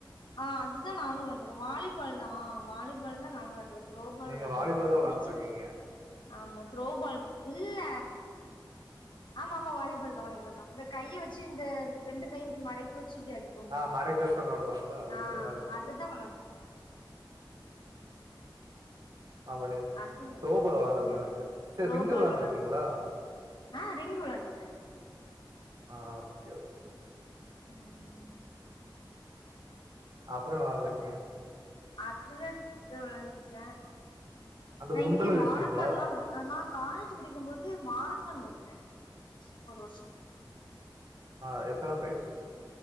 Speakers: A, on the left; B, on the right.
A: ஆ அதுதா நானு வெளாண்டுருக்கே வாலிபால் தா வாலிபால் தான் நானு வெளாண்டுருக் த்ரோபால்
B: நீங்க
A: விளாண்ட்ருக்க
B: வாலிபால் தான் விளையாண்ட்ருக்கீங்க.
A: புடிச்சிருக் ஆமா த்ரோபால் இல்ல ஆமா ஆமா வாலிபல் தா வாலிபல் தா இந்த கைய வச்சு இந்த ரெண்டு கையு இப்டி மடக் கி வச்சு இப்டி அடிப்போங்க
B: ஆ மடக்கி வச்சு விளையாடுவாங்கல்ல அது
A: ஆ
B: வந்து வாலிபால்.
A: அதுதா விளாண்டிரு
B: ஆமா <unintelligible>
A: அது
B: துரோபால் விளாண்டதுல
A: ம்
B: நெனைக்கிற செரி
A: த்ரோபால்
B: ரிங்கு விளயாண்டுருக்கீங்களா
A: விளாண்டு ஆ ரிங் விளானட்ருக்கே
B: ஆ ஓகே ஓகே
A: ம்
B: அப்றோ <unintelligible>
A: அத்லெட் வெள்ளண்டுருக்கா
B: அந்த
A: நா
B: குண்டுல
A: இங்க
B: வீசுவீங்களா?
A: மாரத்தான்ல்லா விள ஆ நா காலேஜ்ஜி படிக்கபோது மாரத்த ஓடுனே ஒரு வர்ஷோ
B: ஆ எத்தன ப்ரைஸ்